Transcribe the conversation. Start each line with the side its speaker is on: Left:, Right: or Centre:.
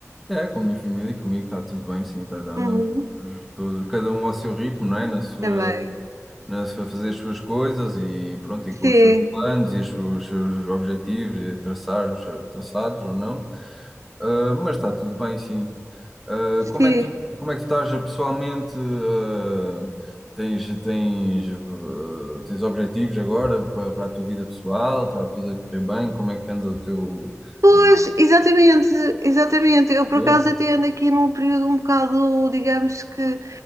Centre: É, com a minha família e comigo está tudo bem, sim, tá, tá, andamos
Right: Uhum,
Centre: todos, cada um ao seu ritmo, não é? Na sua,
Right: está bem.
Centre: na sua, fazer as suas coisas e pronto, e
Right: Sim,
Centre: com os seus planos e os seus, seus objetivos, e traçar os seus traçados ou não. Ah, mas está tudo bem, sim. Ah,
Right: sim.
Centre: como é que tu, como é que tu estás pessoalmente? ah, tens, tens, ah, tens objetivos agora para, para a tua vida pessoal? Está tudo a correr bem? Como é que anda o teu,
Right: Pois,
Centre: ah,
Right: exatamente, exatamente. Eu, por
Centre: eu?
Right: acaso, até ando aqui num período um bocado, digamos que,